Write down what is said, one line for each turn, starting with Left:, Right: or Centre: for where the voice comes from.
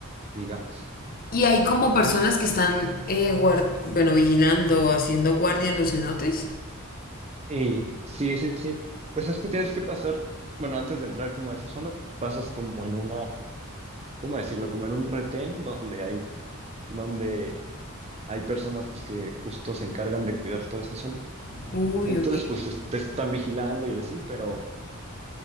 Right: digamos.
Left: ¿Y hay como personas que están, eh, guar- bueno, vigilando o haciendo guardia en los cenotes?
Right: Y sí, sí, sí. Pues es que tienes que pasar, bueno, antes de entrar como a esa zona, pasas como en una, ¿cómo decirlo? Como en un retén donde hay, donde hay personas que justo se encargan de cuidar toda esa zona.
Left: Uy,
Right: Entonces,
Left: ok.
Right: pues es- te están vigilando y así, pero,